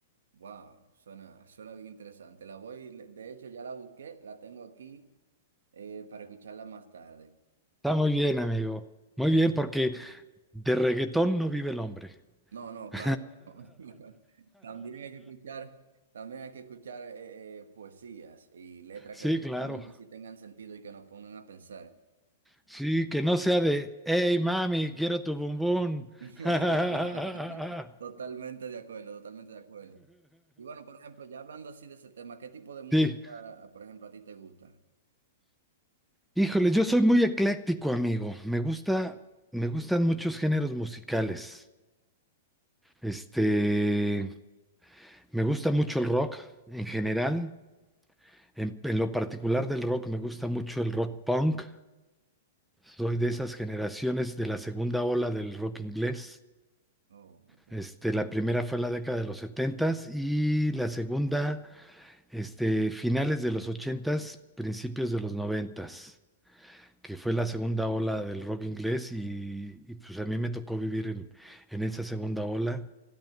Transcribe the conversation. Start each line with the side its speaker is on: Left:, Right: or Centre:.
Right: Wow, suena, suena bien interesante. La voy, de hecho ya la busqué, la tengo aquí eh, para escucharla más tarde.
Centre: Está muy bien, amigo. Muy bien, porque de reggaetón no vive el hombre.
Right: No, no, claro.
Centre: <laughs>
Right: que no. <laughs> También hay que escuchar, también hay que escuchar eh, eh, poesías y letras
Centre: Sí,
Right: que verdaderamente
Centre: claro.
Right: sí tengan sentido y que nos pongan a pensar.
Centre: Sí, que no sea de, hey mami, quiero tu bumbum.
Right: <laughs>
Centre: <laughs>
Right: Totalmente de acuerdo, totalmente de acuerdo. Y bueno, por ejemplo, ya hablando así de ese tema, ¿qué tipo de música,
Centre: Sí,
Right: por ejemplo, a ti te gusta?
Centre: híjole, yo soy muy ecléctico, amigo. Me gusta, me gustan muchos géneros musicales. Este, me gusta mucho el rock en general. En, en lo particular del rock, me gusta mucho el rock punk. Soy de esas generaciones de la segunda ola del rock inglés.
Right: Oh, ok.
Centre: Este, la primera fue en la década de los setentas y la segunda. Este, finales de los ochentas, principios de los noventas, que fue la segunda ola del rock inglés y, y, pues a mí me tocó vivir en, en esa segunda ola.